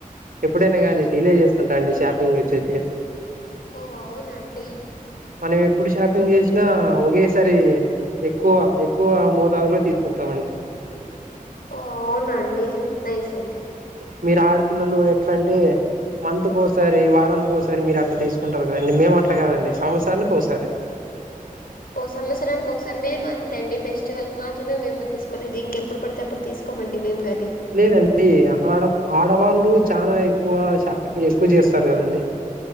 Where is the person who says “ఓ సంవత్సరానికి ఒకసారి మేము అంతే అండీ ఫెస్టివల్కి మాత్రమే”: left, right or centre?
Left